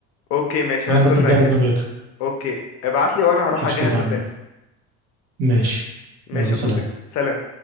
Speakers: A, on the left; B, on the right.
A: اوكي ماشي
B: على
A: هستناك
B: ما انت تجهز دنيتك
A: اوكي ابعت لي وانا هروح
B: قشطه
A: اجهز
B: تمام
A: الدنيا
B: ماشي
A: ماشي
B: يلا
A: يا
B: سلام
A: صديقي سلام